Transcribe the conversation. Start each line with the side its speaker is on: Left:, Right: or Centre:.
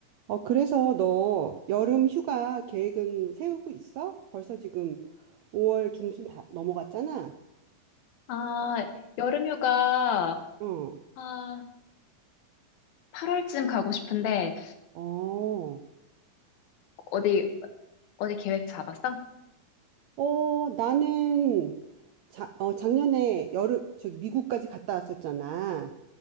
Right: 어, 그래서 너 여름 휴가 계획은 세우고 있어? 벌써 지금 5월 중순 다 넘어갔잖아?
Left: 아, 여름휴가,
Right: 응.
Left: 아, 8월쯤 가고 싶은데,
Right: 어,
Left: 어디, 어디 계획 잡았어?
Right: 어, 나는 자, 어, 작년에 여름, 저 미국까지 갔다 왔었잖아.